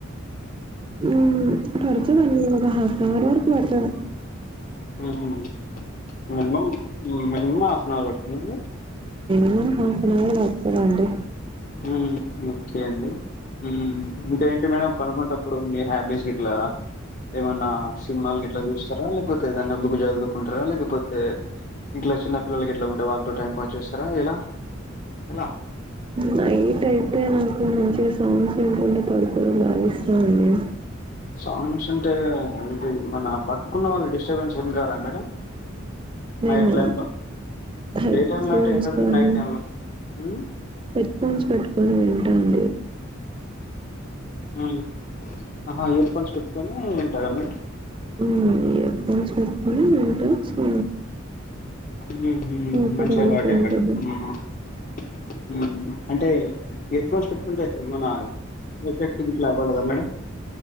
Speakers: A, on the right; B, on the left.
A: హు పడుతదండి ఒక ఆఫ్ఫాన్నావర్ వరకు పడుతరు
B: మ్ హు మినిమమ్ మ్ మినిమమ్ అఫ్ మార్ వడ్ మండి
A: హు ఆఫ్ఫాన్ అవర్ పాడుతదండి
B: హు ఓకే అండి హు ఇంకా ఏంటి మేడం పడుకునేటప్పుడు మీ హ్యాబీస్ గిట్లా ఏమన్నా సిన్మాలు గిట్లా చూస్తారా లేకపోతే ఏదైనా బుక్ చదువుకుంటారా లేకపోతే ఇంట్లో చిన్న పిల్లలు గిట్లా ఉంటే వాళ్ళతో టైం పాస్ చేస్తారా ఎలా ఎలా
A: నై టైతే నాకు మంచిగా సాంగ్స్ వినుకుంట పడుకోవడం బాగా ఇష్టం అండి
B: సాంగ్స్ అంటే ఇది మన పక్కకున్న వాళ్ళు డిస్టర్బెన్స్ ఏం కారా మేడం
A: నేను
B: నైట్ టైమ్ లో
A: హెడ్
B: డే టైమ్ లో
A: ఫోన్స్
B: అంటే ఏం కాదు
A: కానీ
B: నైట్ టైమ్ లో ఉమ్
A: హెడ్ ఫోన్స్ పెట్టుకొని విం టండి
B: మ్ ఆహా న్ ఫోన్స్ పెట్టుకొని మేడమేడం
A: హు హేర్ఫోన్స్ పెట్టుకొని వింటా సో
B: మ్ హు హు
A: మిగతా
B: మంచి
A: వాళ్ళకి
B: అలువాటే
A: ఏం
B: మేడం
A: పెద్ద
B: హు హు అంటే ఇయర్ఫోన్స్ పెట్టుకుంటే మన ఎఫెక్టివ్ గిట్లా పడదా మేడం